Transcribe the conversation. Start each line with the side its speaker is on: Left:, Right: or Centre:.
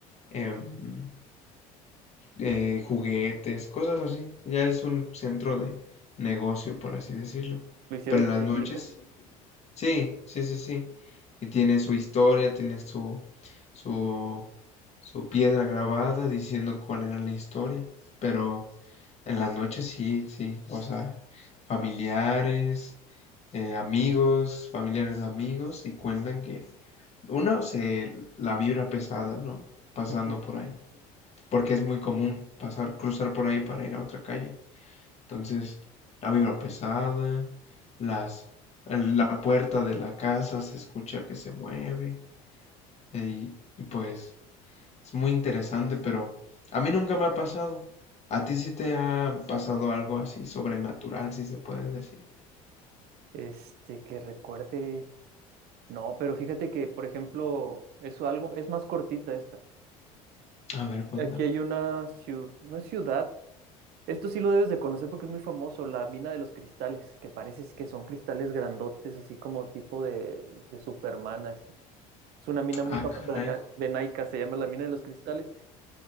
Left: em, eh, juguetes, cosas así. Ya es un centro de negocio, por así decirlo.
Right: lo hicieron
Left: Pero en
Right: turístico.
Left: las noches, sí, sí, sí, sí. Y tiene su historia, tiene su, su, su piedra grabada diciendo cuál era la historia. Pero en las noches sí, sí, o sea, familiares, eh, amigos, familiares de amigos, y cuentan que uno se la vibra pesada, ¿no? Pasando
Right: <laughs>
Left: por ahí, porque es muy común pasar, cruzar por ahí para ir a otra calle. Entonces, la vibra pesada, las, el- la puerta de la casa se escucha que se mueve, eh, y, y pues es muy interesante, pero a mí nunca me ha pasado. ¿A ti sí te ha pasado algo así sobrenatural, si se puede decir?
Right: Este, que recuerde. No, pero fíjate que, por ejemplo, eso algo, es más cortita esta.
Left: A ver, cuéntame.
Right: Aquí hay una ciudad, no es ciudad, esto sí lo debes de conocer porque es muy famoso, la mina de los cristales, que parece que son cristales grandotes, así como tipo de, de Superman, así. Es una mina muy
Left: Ah,
Right: famosa
Left: caray.
Right: de acá, de Nike, se llama la mina de los cristales.